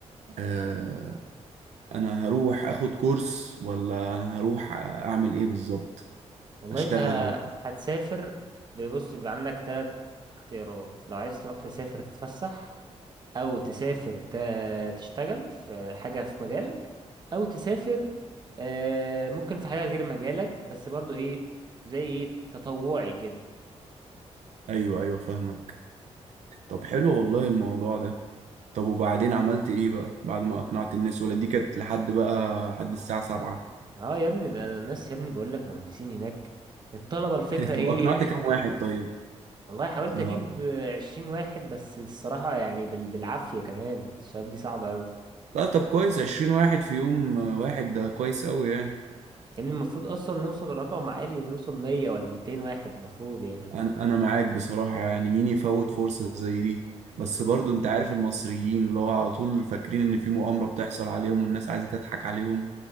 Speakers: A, on the right; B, on the right.
A: آه انا هروح اخد كورس ولا انا هروح اعمل ايه بالظبط
B: والله
A: اشتغل
B: انت ه-
A: ولا
B: هتسافر بص بيبقى عندك تلات اختيارات لو عايز تروح تسافر تتفسح او تسافر ت- تشتغل في حاجة في مجالك او تسافر آه، ممكن في حاجة غير مجالك بس برضو ايه زي ايه تطوعي كده
A: ايوه ايوه فاهمك طب حلو والله الموضوع ده طب وبعدين عملت ايه بقى بعد ما اقنعت الناس ولا دي كانت لحد بقى لحد الساعه 7
B: اه يا ابني ده ده الناس يا ابني بقول لك مهندسين هناك الطلبة الفكرة
A: <laughs>
B: ايه
A: طب اقنعت
B: إيه؟
A: كام واحد طيب
B: والله حاولت
A: النهارده
B: اجيب آه، عشرين واحد بس الصراحة يعني بال- بالعافية كمان الشباب دي صعبة اوي
A: لا طب كويس 20 واحد في يوم آه، واحد ده كويس قوي يعني
B: يعني المفروض اصلا نوصل لرقم عالي ونوصل مية ولا ميتين واحد المفروض يعني
A: انا انا معاك بصراحة يعني مين يفوت فرصة زي دي بس برضو انت عارف المصريين اللي هو على طول فاكرين ان في مؤامرة بتحصل عليهم والناس عايزة تضحك عليهم